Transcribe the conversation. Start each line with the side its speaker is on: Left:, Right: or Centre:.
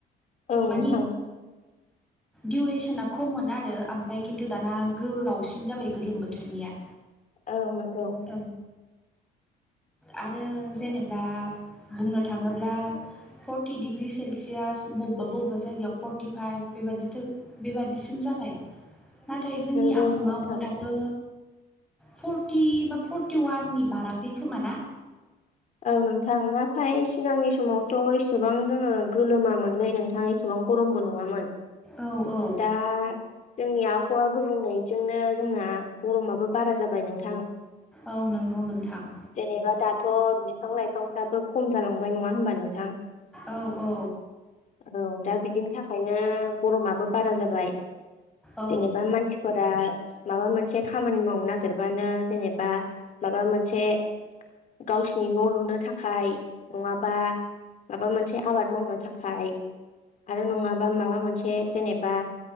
Left: औ नोंथां।
Centre: मानि दिउरेसना खम मोन आरो ओमफाय खिन्थु दाना गोलावसिन जाबाय गोलोम बोथोरनिया।
Left: औ नंगौ।
Centre: औ आरो जेनेब्ला बुंनो थाङोब्ला फर्टि डिग्रि सेलसियास बब्बा बबेबा जायगायाव फर्टिफाइभ बेबादिथो बेबादिसिम जाबाय नाथाय जोंनि
Left: नंगौ
Centre: आसामाव
Left: नोंथां
Centre: दाब बो फर्टि बा फर्टि वाननि बाराखै खोमा ना?
Left: औ नोंथां नाथाय सिगांनि समावथ' एसेबां जोङो गोलोमोनलै नोंथां ए गोबां गरमबो नङामोन
Centre: औ औ
Left: दा जोंनि आबहावा गुबुंनायजोंनो जोंना गरमाबो बारा जाबाय नोंथ
Centre: औ नंगौ नोंथां।
Left: जेनेबा दाथ' बिफां-लाइफांफ्राबो खम जालांबाय नङा हबा नोंथां?
Centre: औ औ
Left: औ दा बिदिनि थाखाय ओंखायनो गरमाबो बारा जाबाय
Centre: औ
Left: जेनेबा मानसि फोरा माबा मोनसे खामानि मावनो नागिरबानो जेनेबा माबा मोनसे गावसिनि न' लुनो थाखाय नङाबा माबा मोनसे आबाद मावनो थाखाय आरो नङाबा माबा मोनसे जेनेबा